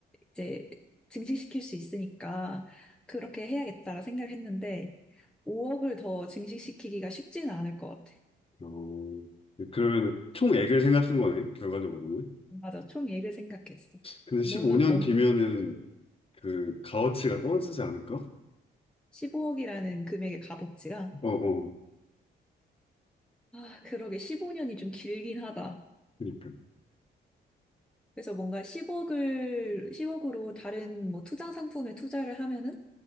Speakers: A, in the centre; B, on the left.
A: 이제 증식시킬 수 있으니까 그렇게 해야겠다라 생각했는데 5억을 더 증식시키기가 쉽지는 않을 것 같아.
B: 어, 그러면 총액을 생각한 거네, 결과적으로는.
A: 맞아. 총액을 생각했어.
B: 근데 15년
A: 너는 어느
B: 뒤면은 그 가어치가 떨어지지 않을까?
A: 15억이라는 금액의 값어치가
B: 어, 어.
A: 아, 그러게 15년이 좀 길긴 하다.
B: 그러니까.
A: 그래서 뭔가 10억을, 10억으로 다른 뭐 투자 상품에 투자를 하면은